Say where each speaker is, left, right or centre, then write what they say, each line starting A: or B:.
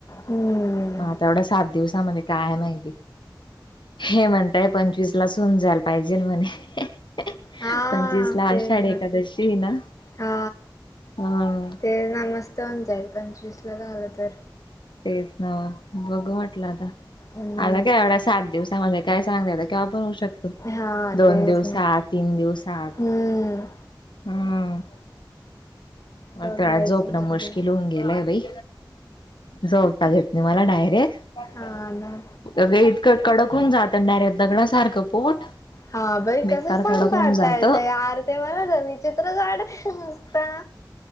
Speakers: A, on the left (about 40°); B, on the left (about 75°).
A: हम्म
B: मग आता एवढा सात दिवसामध्ये काय आहे माहिती हे म्हणताय पंचवीस लाच हुन जायला पाहिजेल म्हणे
A: हा
B: पंचवीस ला
A: तेच
B: आषाढी
A: ना
B: एकादशी हाय ना
A: हा
B: ह
A: ते ना मस्त होन जाईल पंचवीस ला झालं तर
B: तेच ना बघु म्हटलं आता
A: हम्
B: आता काय एवढ्या सात दिवसामध्ये काय सांगते त कवा पण होऊ शकतो
A: हा
B: दोन
A: तेच
B: दिवसात
A: ना
B: तीन दिवसांत
A: हम्म
B: हम मला
A: बघायचं
B: त्या झोपणं
A: म्हणजे
B: मुश्किल होऊन गेलंय बाई झोपताच येत नाही मला डायरेक्ट
A: हा ना
B: अ इतकं कडक होऊन जात ना डायरेक्ट दगडा सारखं पोट
A: हा बाई
B: बेकार
A: कसं सांग
B: कडक होऊन
A: पाडता
B: जातं
A: येत आरते मला ना विचित्रच वाटतय नुसता